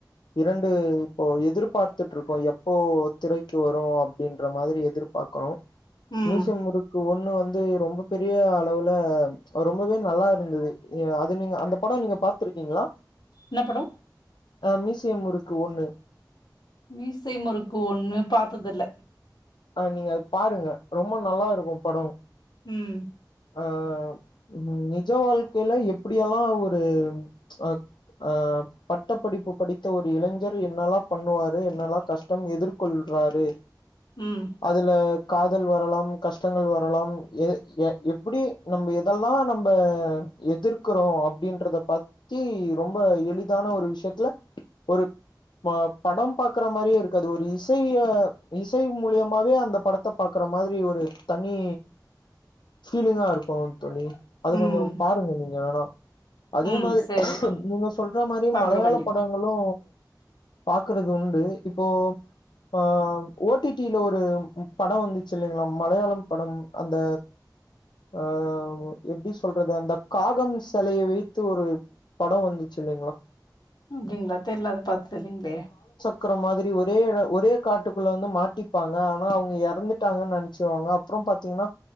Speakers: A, on the left (about 85°); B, on the left (about 65°).
A: இரண்டு இப்போ எதிர்பார்த்துட்டு இருக்கோம் எப்போ திரைக்கு வரும் அப்டின்ற மாரி எதிர்பாக்கறோம்
B: ம்.
A: மீசூமுருக்கு ஒண்ணு வந்து தே ரொம்ப பெரிய அளவுல ரொம்பவே நல்லா இருந்தது அது நீங்க அந்த படம் நீங்க பாத்துருக்கீங்களா
B: என்ன படம்
A: அ மீசியமுறுக்கு ஒண்ணு
B: மீசை முறுக்கு ஒண்ணு பாத்ததுல
A: ஆஹ் நீங்க அது பாருங்க ரொம்ப நல்லா இருக்கும் படம்
B: உம்
A: அஹ் உ நிஜ வாழ்க்கையில எப்டியெல்லாம் ஒரு அ அ பட்ட படிப்பு படித்த ஒரு இளைஞர் என்னல்லாம் பண்ணுவாரு என்னல்லாம் கஷ்டம் எதிர்கொள்றாரு
B: ம்,
A: அதுல காதல் வரலாம் கஷ்டங்கள் வரலாம் எ எ எப்டி நம்ம எதெல்லா நம்ப எதிர்க்கிறோ அப்டின்றத பத்தி ரொம்ப எளிதான ஒரு விஷ்யத்துல ஒரு ப படம் பாக்குற மாதிரியே இருக்காது ஒரு இசைய இசை மூலியமாவே அந்த படத்த பாக்குற மாரி ஒரு தனி ஃபீலிங்காருக் கோ தோழி அது
B: ம்,
A: கொஞ்சோ பாருங்க நீங்க வேணா அதே
B: ம்.
A: மாத்
B: சரி
A: நீங்க சொல்ற மாரி
B: பாக்குறோம்
A: மலையாள
B: கண்டிப்பா.
A: படங்களூ பாக்குறதுண்டு இப்போ ஆ ஓ டி டி ல ஒரு படோ வந்துச்சு இல்லைங்ளா மலையாளம் படம் அந்த ஆ எப்டி சொல்றது அந்த காகம் செலையை வைத்து ஒரு படோ வந்துச்சில்லைங்களா
B: அப்டிங்களா தெரியல அத பாத் தெர்லிங்ளே
A: க்ரோ இருக்கிற மாதிரி ஒரே எட ஒரே காட்டுக்குள்ள வந்து மாட்டிப்பாங்க ஆனா அவுங்க இறந்துட்டாங்கன்னு நினைச்சுவாங்க அப்றோ பாத்தீன்னா